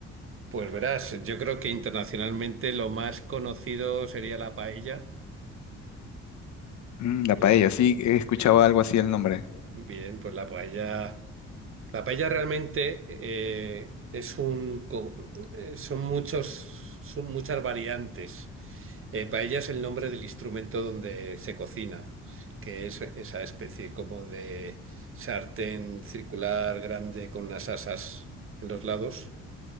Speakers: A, on the right (about 45°); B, on the left (about 70°).
A: Pues verás, yo creo que internacionalmente lo más conocido sería la paella.
B: Mm, la
A: Eh,
B: paella, sí, he escuchado algo así el nombre.
A: bien, pues la paella, la paella realmente eh, es un, co- eh, son muchos, son muchas variantes. Eh, paella es el nombre del instrumento donde se cocina, que es esa especie como de sartén circular grande con unas asas en los lados.